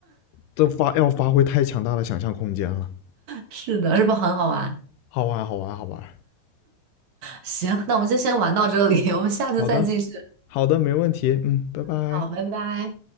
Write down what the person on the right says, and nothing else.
是的，是不是很好玩？
行，那我们就先玩到这里，我们下次再继续。
好，拜拜。